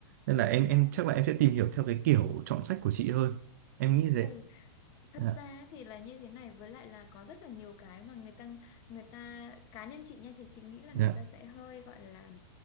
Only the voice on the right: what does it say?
nên là em em
chắc là em sẽ tìm hiểu theo cái kiểu chọn sách của chị hơn em nghĩ thế
dạ
dạ